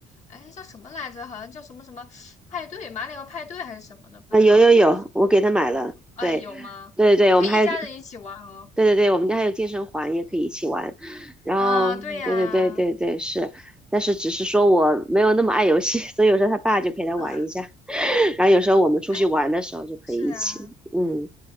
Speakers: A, on the left; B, in the centre.
A: 哎，叫什么来着？好像叫什么什么派对，马里奥派对还是什么的，
B: 啊，
A: 不知道，
B: 有有有，
A: 就是有没有听说？
B: 我给他买了。
A: 啊，
B: 对。
A: 有吗？
B: 对对，
A: 可以一家人一起玩哦。
B: 我们还有对对对，我们家还有健身环，也可以一起玩。然后，
A: 啊，对呀，
B: 对对对对对，
A: <laughs>
B: 是，但是只是说我没有那么爱游戏，<laughs> 所以有时候他爸就陪他玩一下，
A: 啊，
B: <laughs> 然后有时候我们出去玩的时候就可以一起。
A: 哎，是啊。
B: 嗯，